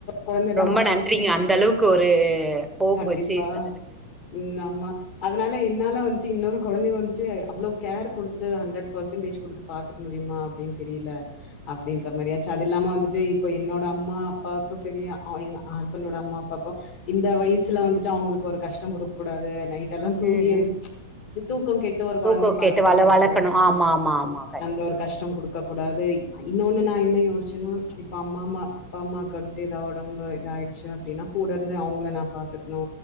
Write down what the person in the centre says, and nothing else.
ரொம்ப
நன்றிங்க அந்த அளவுக்கு ஒரு ஹோப்
வச்சு சொன்னதுக்கு
ம் ம்
ஊக்கோ
கேட்டு வள
வளக்கணு ஆமா ஆமா ஆமா கண்டிப்பா
கண்டிப்பா